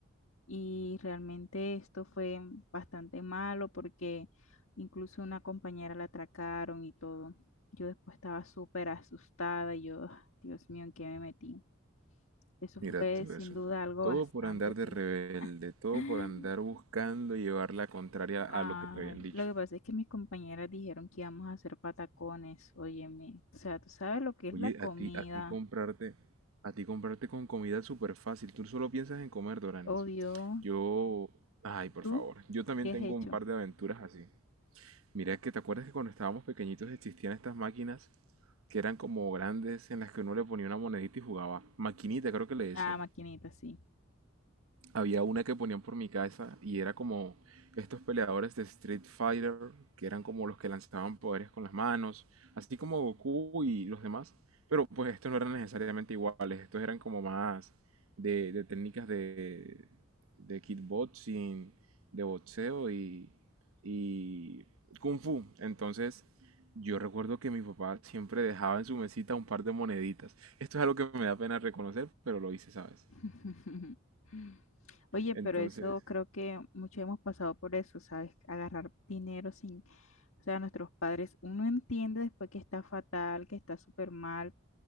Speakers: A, on the left; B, on the right.
A: Y realmente esto fue bastante malo porque incluso una compañera la atracaron y todo. Yo después estaba súper asustada y yo, "Ah, Dios mío, ¿en qué me metí? Eso
B: Mira
A: fue
B: todo
A: sin
B: eso.
A: duda algo
B: Todo
A: bastante...
B: por andar de
A: re-
B: rebelde, todo
A: <laughs>
B: por andar buscando llevar la contraria
A: Ay,
B: a lo que te habían dicho.
A: lo que pasa es que mis compañeras dijeron que íbamos a hacer patacones, óyeme. O sea, tú sabes lo que es
B: Oye,
A: la comida,
B: a ti, a ti comprarte, a ti comprarte con comida es súper fácil. Tú solo piensas en comer, Doranis.
A: obvio.
B: Yo, ay, por
A: ¿Tú
B: favor. Yo también
A: qué
B: tengo
A: has hecho?
B: un par de aventuras así. Mira que te acuerdas que cuando estábamos pequeñitos existían estas máquinas que eran como grandes en las que uno le ponía una monedita y jugaba. Maquinita, creo que le decían.
A: Ah, maquinita, sí.
B: Había una que ponían por mi casa y era como estos peleadores de Street Fighter, que eran como los que lanzaban poderes con las manos, así como Goku y los demás. Pero pues estos no eran necesariamente iguales, estos eran como más de, de técnicas de, de kickboxing, de boxeo y, y kung fu. Entonces yo recuerdo que mi papá siempre dejaba en su mesita un par de moneditas. Esto es algo que me da pena reconocer, pero lo hice, ¿sabes?
A: <laughs> Oye,
B: Entonces...
A: pero eso creo que muchos hemos pasado por eso, ¿sabes? Agarrar dinero sin, o sea, nuestros padres, uno entiende después que está fatal, que está súper mal,